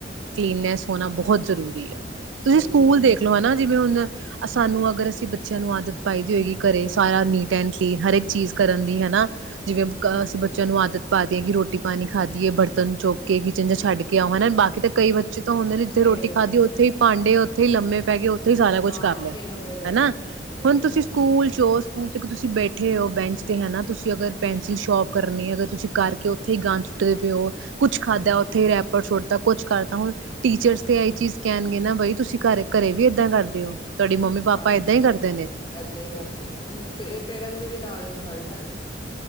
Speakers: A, on the right (about 90°); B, on the left (about 25°).
A: ਕਲੀਨਨੈਸ ਹੋਣਾ ਬਹੁਤ ਜ਼ਰੂਰੀ ਆ ਤੁਸੀਂ
B: ਸਹੀ
A: ਸਕੂਲ
B: ਗੱਲ
A: ਦੇਖਲੋ
B: ਹੈ
A: ਹਨਾ ਜਿਵੇਂ ਹੁਣ ਸਾਨੂੰ ਅਗਰ ਅਸੀਂ ਬੱਚਿਆਂ ਨੂੰ ਆਦਤ ਪਾਈ ਦੀ ਹੋਏਗੀ ਕਰੇ ਸਾਰਾ ਨੀਟ ਐਂਡਲੀ ਹਰ ਇੱਕ ਚੀਜ਼ ਕਰਨ ਦੀ ਹਨਾ ਜਿਵੇਂ
B: ਹਮ
A: ਅਸੀਂ ਬੱਚਿਆਂ ਨੂੰ ਆਦਤ ਪਾ ਕਿ ਰੋਟੀ ਪਾਣੀ ਖਾਧੀਏ ਬਰਤਨ ਚੁੱਕ ਕੇ ਕਿਚਨ ਚ ਛੱਡ ਕੇ ਆਉਓ ਹਨਾ ਬਾਕੀ ਤਾਂ ਕਈ ਵ ਹਦੇ ਨੇ ਜਿੱਥੇ
B: ਸਹੀ
A: ਰੋਟੀ
B: ਗੱਲ
A: ਖਾਧੀ
B: ਹੈ
A: ਉਥੇ ਭਾਂਡੇ ਉੱੇ ਲੰੇ ਪੈ ਗ ਸਾਰਾ ਕੁਛ
B: ਹਾਂ
A: ਕਰ
B: ਉੱਥੇ
A: ਲਿਆ
B: ਹੀ ਲੰਬੇ ਪੈ
A: ਹਨਾ
B: ਗਏ ਸਹੀ
A: ਹੁਣ
B: ਗੱਲ
A: ਤੁਸੀਂ ਸਕੂਲ ਸ਼ੋ ਸਕੂਲ ਚ ਤੁਸੀਂ ਬੈਠੇ ਹੋ ਬੈਂਚ ਤੇ ਹੈਾ ਤੁਸੀਂ ਅਗਰ ਪੈਨਸਿਲ ਸ਼ੋਪ ਕਰਨੀ ਅਗਰ ਤੁਸੀਂ ਕਰਕੇ ਉੱਥੇ ਹੀ ਗਾ ਸੁੱਟਦੇ ਪਏ ਹੋ ਕੁਛ ਖਾਧਾ
B: ਹਮ
A: ਉੱਥੇ ਰਹਿਪਰ ਛੋੜ ਤ ਕੁਛ ਕਰਤਾ ਹੁਣ ਟੀਚਰਸ ਤੇ ਇਹੀ ਚੀਜ਼ ਕਹਿਣਗੇ ਨਾ ਬਾਈ ਤੁਸੀਂ ਘਰੇ ਘਰੇ ਵੀ ਏਦਾਂ ਕਰਦੇ ਹੋ ਤੁਹਾਡੀ ਮੰਮੀ ਪਾਪਾ
B: ਹਾਂਜੀ
A: ਏਦਾਂ ਹੀ ਕਰਦੇ ਨੇ
B: ਏਦਾਂ ਹੀ ਕਰਦੇ ਪੇਰੈਂਟਸ ਦੇ ਵੀ ਨਾਲ ਇਨਸਲਟ ਨਾ